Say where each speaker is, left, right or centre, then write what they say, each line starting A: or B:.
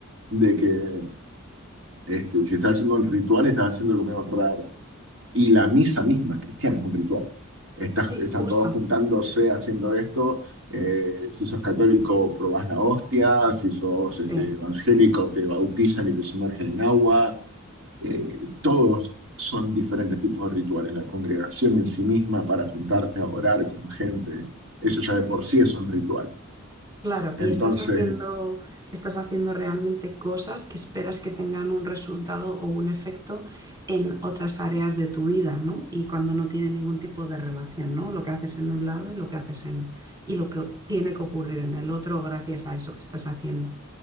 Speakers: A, on the right; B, on the right.
A: de que este, si estás haciendo un ritual, estás haciendo algo medio raro. Y la misa misma cristiana es un ritual. Estás,
B: Sí,
A: están
B: justo.
A: todos juntándose haciendo esto. eh, si sos católico, probás la hostia. Si sos
B: Sí,
A: este, evangélico, te bautizan y te sumergen en agua. Eh, todos son diferentes tipos de rituales. La congregación en sí misma para juntarte a orar con gente, eso ya de por sí es un ritual.
B: claro,
A: Entonces,
B: y estás haciendo, estás haciendo realmente cosas que esperas que tengan un resultado o un efecto en otras áreas de tu vida, ¿no? Y cuando no tiene ningún tipo de relación, ¿no? Lo que haces en un lado y lo que haces en, y lo que tiene que ocurrir en el otro gracias a eso que estás haciendo.